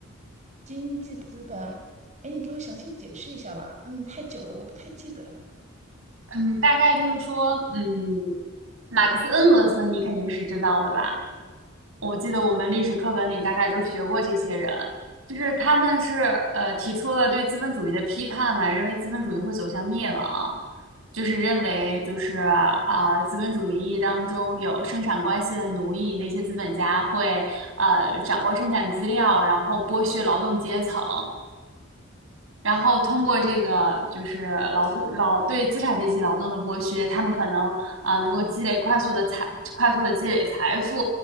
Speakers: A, on the right (about 35°); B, on the right (about 70°).
A: 经济资本。哎，你给我详细解释一下吧。嗯，太久了，我不太记得了。
B: 嗯，大概就是说，嗯，马克思恩格斯你肯定是知道的吧？我记得我们历史课本里大概都学过这些人，就是他们是呃提出了对资本主义的批判嘛，认为资本主义会走向灭亡，就是认为就是啊、资本主义当中有生产关系的奴役，那些资本家会呃掌握生产资料，然后剥削劳动阶层。然后通过这个就是劳动劳对资产阶级劳动的剥削，他们可能啊、呃能够积累快速的财快速的积累财富，